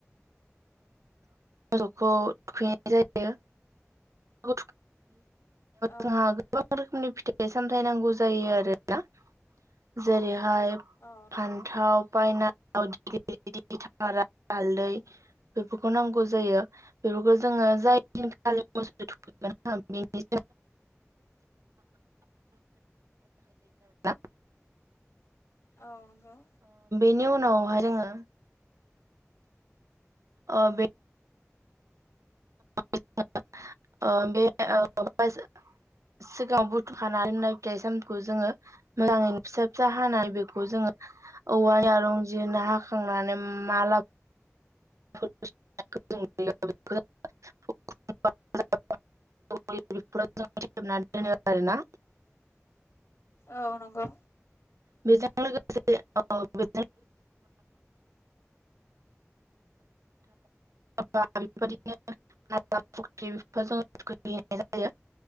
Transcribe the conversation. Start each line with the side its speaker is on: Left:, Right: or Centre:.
Right: मोसौखौ थुखैनाय जायो <unintelligible>
Left: औ
Right: जोंहा गोबां रोखोमनि फिथाइ सामथाय नांगौ जायो आरोना जेरै फाय
Left: औ नंगौ
Right: फान्थाव बायना आव <unintelligible> थारा हालदै बेफोरखौनो नां गौ जायो बेफोरखौ जोङो जाय दिनखालि मोसौ थुखैगोन ना बेनि <unintelligible>
Left: औ नंगौ
Right: बेनि उनावहाय जोङो ओ बे <unintelligible> सिगाङाव बुथुखानाय लानाय फिथाइ सामखौ जोङो मोजाङैनो फिसा फिसा हानाय बेखौ जोङो औवानिया रंजिनो हाखांनानै माला <unintelligible> <unintelligible> आरोना
Left: औ नंगौ
Right: बेजों लोगोसे औ बे <unintelligible> बेफोरबायदिनो ना फुख्रिफोर <unintelligible> जायो